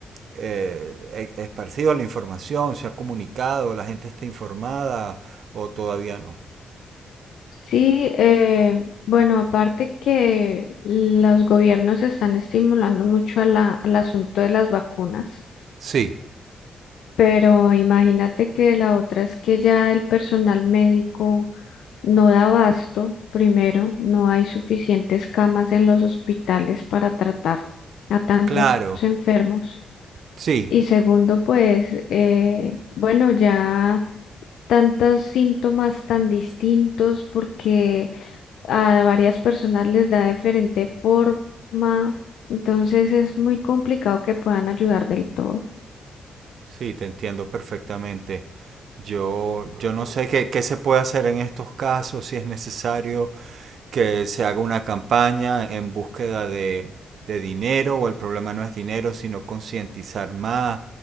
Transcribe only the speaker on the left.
Sí, eh, bueno, aparte que los gobiernos están estimulando mucho a la- al asunto de las vacunas,
pero imagínate que la otra es que ya el personal médico no da abasto, primero, no hay suficientes camas en los hospitales para tratar a tantos
enfermos.
Y segundo, pues, eh, bueno, ya tantos síntomas tan distintos porque a varias personas les da diferente forma, entonces es muy complicado que puedan ayudar del todo.